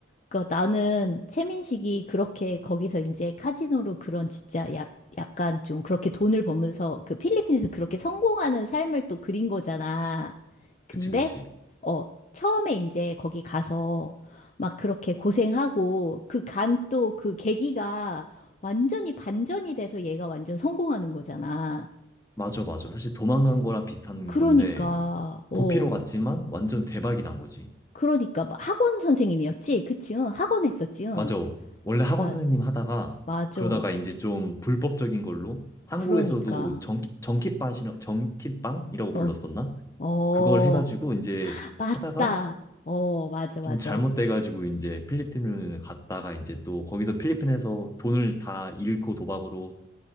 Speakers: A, on the left; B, on the left.
A: 그 나는 최민식이 그렇게 거기서 이제 카지노로 그런 진짜 약 약간 좀 그렇게 돈을 벌면서 그 필리핀에서 그렇게 성공하는 삶을 또 그린 거잖아. 근데
B: 그치 그치
A: 어 처음에 이제 거기 가서 막 그렇게 고생하고 그 간 또 그 계기가 완전히 반전이 돼서 얘가 완전 성공하는 거잖아.
B: 맞아 맞아 사실 도망간 거랑 비슷한
A: 그러니까
B: 건데
A: 어
B: 도피로 갔지만 완전 대박이 난 거지
A: 그러니까 막 학원 선생님이었지, 그치? 응, 학원 했었지. 응.
B: 맞아. 원래 학원
A: 아
B: 선생님 하다가
A: 맞아.
B: 그러다가 이제 좀 불법적인 걸로 한국에서도
A: 그러니까.
B: 정키, 정키팟이라, 정키빵이라고
A: 어,
B: 불렀었나?
A: 어,
B: 그걸 해가지고 이제
A: 맞다.
B: 하다가
A: 어, 맞아, 맞아.
B: 좀 잘못돼가지고
A: 어,
B: 이제 필리핀을 갔다가 이제 또 거기서 필리핀에서 돈을 다 잃고 도박으로